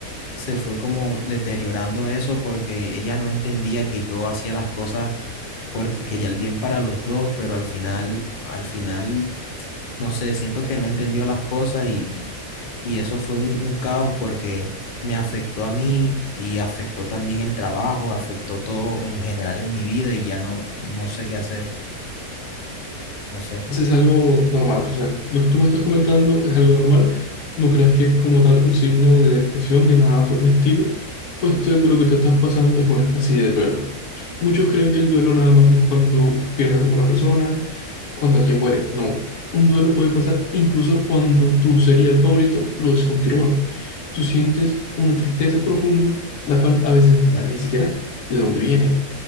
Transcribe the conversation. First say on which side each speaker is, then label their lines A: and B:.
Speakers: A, on the left; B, on the left.
A: se fue como deteriorando eso porque ella no entendía que yo hacía las cosas porque quería el bien para los dos, pero al final, al final, no sé, siento que no entendió las cosas y, y- y eso fue un, un caos porque me afectó a mí y afectó también el trabajo, afectó todo en general en mi vida y ya no, no sé qué hacer, no sé.
B: Eso es algo normal. O sea, lo que tú me estás comentando es algo normal. No creas que es como tal un signo de depresión ni nada por el estilo, pues tú- lo que te estás pasando es una especie de duelo. Muchos creen que el duelo nada más es cuando pierdes a alguna persona, cuando alguien muere. No, un duelo puede pasar incluso cuando tu serial favorito lo descontinúa. Tú sientes una tristeza profunda, la cual a veces no sabes ni siquiera de dónde viene.